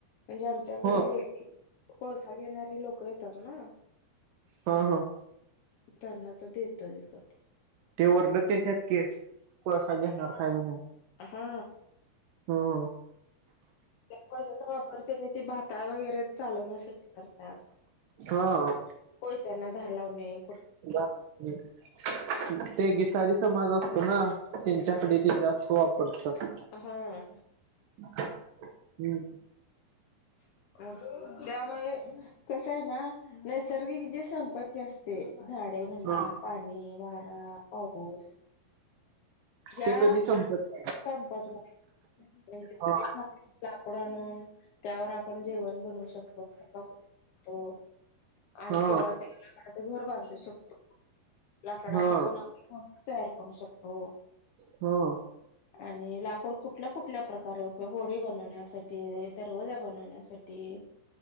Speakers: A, on the left (about 70°); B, on the right (about 75°).
A: म्हणजे आमच्याकडे
B: हो
A: कोळसा घेणारे लोक येतात ना.
B: हं हं
A: त्यांना तर देतोय विकत.
B: ते वरडत येत्यात की कोळसा घेणार
A: हा
B: काय म्हणून.
A: हा
B: हम्म
A: त्या कोळशाचा वापर त्याने ते भाता वगैरे चालवण्यासाठी करतात.
B: हां
A: कोयत्यांना धार लावने.
B: <unintelligible> ते घे साडीच समाज असतो ना त्यांच्याकडे <unintelligible> हो वापरतात
A: हा
B: हम्
A: <unintelligible> त्यामुळे कसं आहे ना नैसर्गिक जे संपत्ती असते झाडे म्हणा
B: हा
A: पाणी <inaudible> वारा पाऊस या
B: ते कधी संपत
A: संपत म्हन म्हणजे
B: हा
A: लाकूड आणून त्यावर आपण जेवण बन शकतो <unintelligible> तो <inaudible>
B: हा
A: किंवा त्या लाकडाच घर बांधू शकतो, लाकडापासून
B: हा
A: वस्तू तयार करू शकतो
B: हो
A: आणि लाकूड कुठल्या कुठल्या प्रकारे उपयोग होडी बनवण्यासाठी दरवाजा बनवण्या वण्यासाठी